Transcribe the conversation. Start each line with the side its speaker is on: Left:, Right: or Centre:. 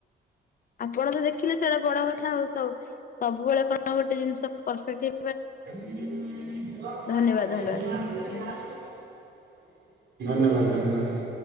Left: ଆପଣ ତ ଦେଖିଲେ ସେଇଟା ବଡ କଥା ଆଉ ସ ସବୁବେଳେ କଣ ଗୋଟେ ଜିନିଷ ପରଫେକ୍ଟ ହେଇ
Right: <unintelligible>
Left: ଧନ୍ୟବାଦ ଧନ୍ୟବାଦ ଧନ୍ୟବାଦ।
Right: ଧନ୍ୟବାଦ, ଧନ୍ୟବାଦ।